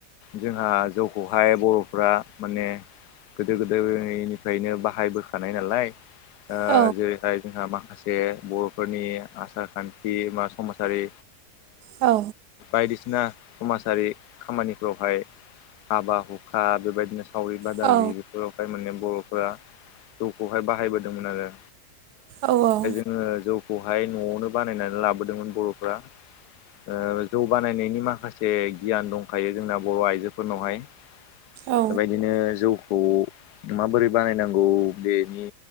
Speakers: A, on the left; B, on the right.
A: जोंहा जौखौहाय बर' फ्रा माने गोदो गोदायनिफ्रायनो बाहायबोखानाय नालाय। ओ
B: औ
A: जेरैहाय जोंहा माखासे जे बर'फोरनि आसार खान्थि बा समाजारि
B: औ
A: बायदिसिना समाजारि खामानिफ्रावहाय हाबा हुखा बेबायदिनो सावरि बादालि
B: औ
A: बेफोरावहाय माने बर'फोरा जौखौहाय बाहायबोदोंमोन आरो।
B: औ औ
A: जोंङो जौखौहाय न'आवनो बानायनानै लाबोदोंमोन बर'फ्रा ओ जौ बानायनायनि माखासे गियान दंखायो जोंना बर' आइजोफोरनावहाय
B: औ
A: बेबायदिनो जौखौ माबोरै बानायनांगौ बेनि